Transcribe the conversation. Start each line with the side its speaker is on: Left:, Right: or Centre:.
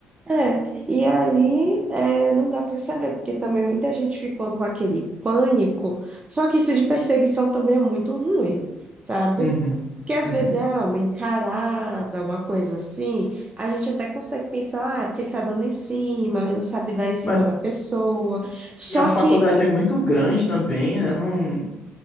Right: É, e aí é, não dá para saber, porque também muita gente ficou com aquele pânico, só que isso de perseguição também é muito ruim, sabe?
Left: Uhum.
Right: Porque às
Left: Uhum.
Right: vezes é ah, uma encarada, uma coisa assim, a gente até consegue pensar, ah, é porque ele tá dando em cima, mas não sabe dar em cima
Left: Mas,
Right: da pessoa, só
Left: e a faculdade
Right: que
Left: é muito grande também, né? Não.